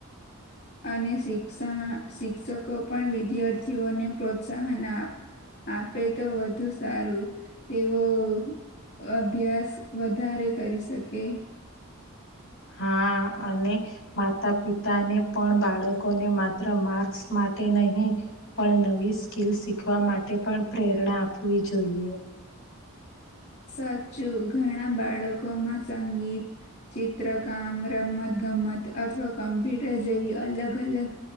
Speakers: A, on the left (about 50°); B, on the left (about 70°).
A: અને શિક્ષણ શિક્ષકો પણ વિદ્યાર્થીઓને પ્રોત્સાહન આ આપે તો વધુ સારું તેવું અભ્યાસ વધારે કરી શકે
B: હા અને માતા પિતાને પણ બાળકો ને માત્ર માર્ક્સ માટે નહીં પણ નવી સ્કિલ શીખવા માટે પણ પ્રેરણા આપવી જોઈએ
A: સાચું ઘણા બાળકોમાં સંગીત ચિત્રકામ રમત ગમત અથવા કોમ્પ્યુટર જેવી અલગ અલગ